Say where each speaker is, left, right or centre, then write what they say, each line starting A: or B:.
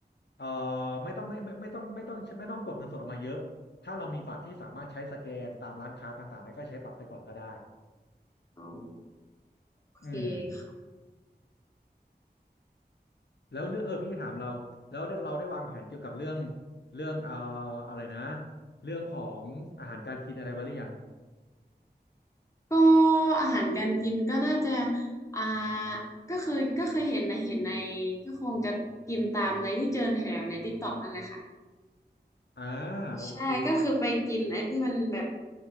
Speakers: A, on the left (about 75°); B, on the left (about 15°).
A: เอ่อไม่ต้องไม่ไม่ไม่ต้องไม่ต้องไม่ต้องกดเงินสดออกมาเยอะถ้าเรามีบัตรที่สามารถใช้สแกนตามร้านค้าต่างๆแล้วก็ใช้บัตรไปก่อนก็ได้
B: อ๋อโอเคค่ะ
A: อืมแล้วเรื่องเออพี่จะถามเราแล้วได้เราได้วางแผนเกี่ยวกับเรื่องเรื่องเอ่ออะไรนะเรื่องของอาหารการกินอะไรไว้หรือยัง
B: ก็อาหารการกินก็น่าจะอ่าก็คือก็คือเห็นนะเห็นในก็คงจะกินตามในที่เจอแถวในติ๊กต็อกนั่นแหละค่ะ
A: อ่าโอเค
B: ใช่ก็คือไปกินไอ้ที่มันแบบ